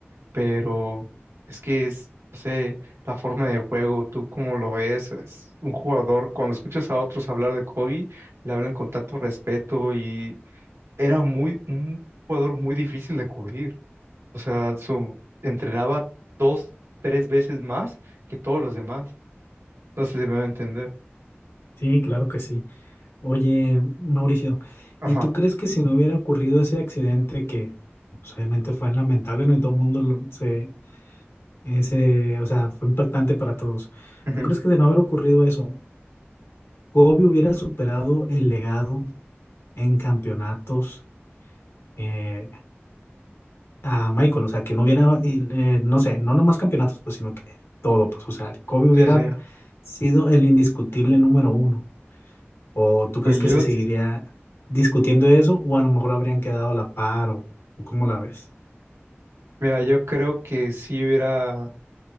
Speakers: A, on the right (about 80°); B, on the left (about 70°).
A: pero es que es, no sé, la forma de juego, tú cómo lo ves, es un jugador, cuando escuchas a otros hablar de Kobe, le hablan con tanto respeto y era muy, un jugador muy difícil de cubrir. O sea, su, entrenaba dos, tres veces más que todos los demás. No sé si me va a entender.
B: Sí, claro que sí. Oye, Mauricio,
A: Ajá.
B: ¿y tú crees que si no hubiera ocurrido ese accidente que pues, obviamente fue lamentable, no y todo el mundo lo- se, ese, o sea, fue impactante para todos?
A: ujú.
B: ¿Tú crees que de no haber ocurrido eso, Kobe hubiera superado el legado en campeonatos? eh, a Michael, o sea, que no hubiera, eh, eh, no sé, no nomás campeonatos, pues, sino que todo, pues, o sea, Kobe hubiera
A: Sí, sí.
B: sido el indiscutible número uno. ¿O tú crees
A: Pues
B: que
A: yo,
B: se seguiría discutiendo eso? ¿O a lo mejor habrían quedado a la par? ¿O, o cómo la ves?
A: mira, yo creo que sí hubiera.